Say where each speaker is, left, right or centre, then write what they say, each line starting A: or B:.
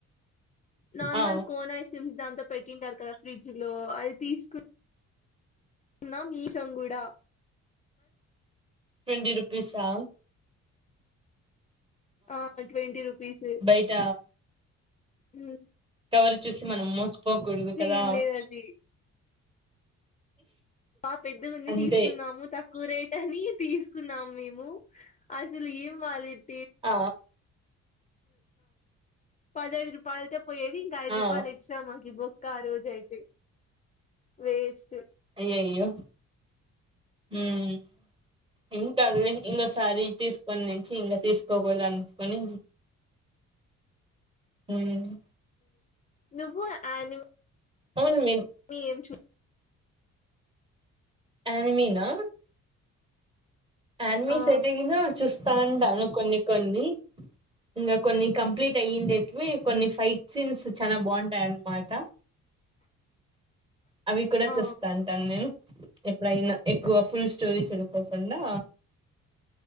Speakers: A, on the left; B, on the right.
A: నార్మల్
B: ఆ
A: కోన్ ఐస్ క్రీమ్స్ దాంతో పెట్టింటారు కదా ఫ్రిడ్జ్లో అది తీస్కున్ ఉన్నాం ఈశం గుడా
B: ట్వంటీ రుపీసా?
A: ఆ ట్వంటీ రుపీస్
B: బయట
A: మ్
B: కవరు చూసి మనం మోసుపోకూడుదు కదా
A: ఏం లేదు అది ఆ పెద్దిఉన్ని
B: అంతే
A: తీసుకున్నాము త క్కువ రేటని తీసుకున్నాం మేము అసల్ ఏం బాలెద్
B: ఆ
A: పదైదు రూపాయలైతే పోయేది ఇంక ఐదు
B: ఆ
A: రూపాయలు ఎక్స్ట్రా మాకిబొ క్కా ఆ రోజు అయితే వేస్ట్
B: అయ్యయ్యో ఉమ్ ఏం కాదు వె ఇంగొసారి తీసుకొని నుంచి ఇంగ తీసుకోడదన్కొని ఏమైంది
A: నువ్వు ఆని
B: అవును మీరు
A: మీ ఏం చూ
B: అన్మీనా న్మీస్
A: ఆ
B: సెటిగిను చూస్తా ఉంటాను కొన్ని కొన్ని ఇంగా కొన్ని కంప్లీట్ అయ్యిండేటివి కొన్ని ఫైట్ సీన్స్ చానా బాగుంటాయన్నమాట అవి కూడా
A: ఆ
B: చూస్తాంటాన్ నేను ఎప్పుడయినా ఎక్కువ ఫుల్ స్టోరీ చూడుకోకుండా